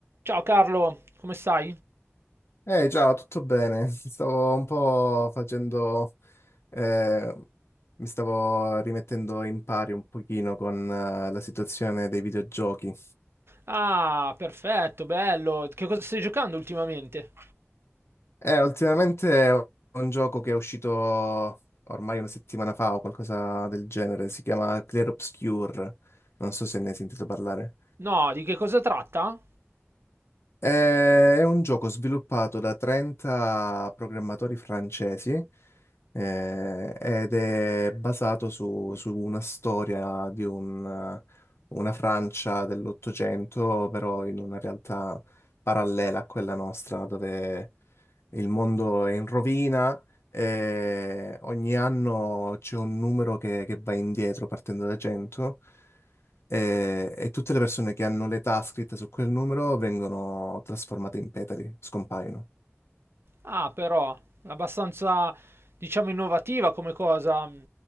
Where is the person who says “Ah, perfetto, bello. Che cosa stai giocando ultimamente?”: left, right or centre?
Right